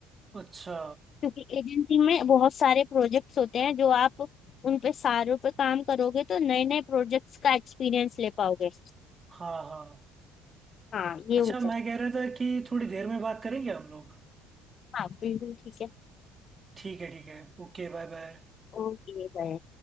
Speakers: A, on the right (about 30°); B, on the left (about 50°).
A: अच्छा
B: क्योंकि एजेंसी में बहुत सारे प्रोजेक्ट्स होते हैं जो आप उन पे सारों पे काम करोगे तो नए नए प्रोजेक्ट्स का एक्सपीरियंस ले पाओगे
A: हाँ हाँ
B: हाँ ये
A: अच्छा
B: होता
A: मैं
B: है
A: कह रहा था कि थोड़ी देर में बात करेंगे हम लोग
B: हाँ बिल्कुल ठीक है
A: ठीक है ठीक है Okay bye bye
B: Okay bye